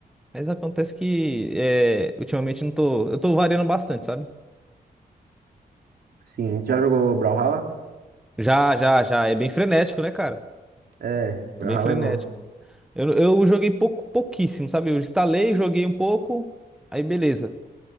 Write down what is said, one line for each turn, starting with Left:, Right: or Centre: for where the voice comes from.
Centre: Mas acontece que é, ultimamente não tô. Eu tô variando bastante, sabe?
Right: Sim, já jogou Brawlhalla?
Centre: Já, já, já. É bem frenético, né, cara?
Right: É, Brawlhalla
Centre: É bem frenético.
Right: é bom.
Centre: Eu, eu joguei pouco, pouquíssimo, sabe? Eu instalei, joguei um pouco, aí beleza.